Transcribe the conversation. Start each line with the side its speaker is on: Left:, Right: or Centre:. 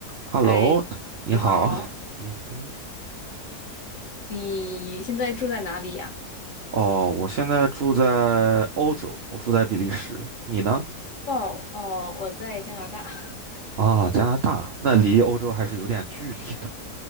Right: Hello，
Left: 嗨，
Right: 你好。
Left: 你好，
Right: 嗯哼，
Left: 你现在住在哪里呀？
Right: 哦，我现在住在欧洲，我住在比利时。你呢？
Left: 哦哦，我在加拿大。<laughs>
Right: 啊，加拿大，那离欧洲还是有点距离的。